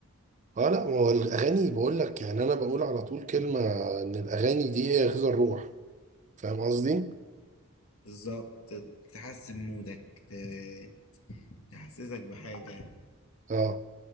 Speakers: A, on the right (about 35°); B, on the left (about 70°).
A: اه لا ما هو الاغاني بقول لك يعني انا بقول على طول كلمه ان الاغاني دي هي غذاء الروح فاهم قصدي؟
B: بالظبط تحسن مودك ت- تحسسك بحاجة
A: اه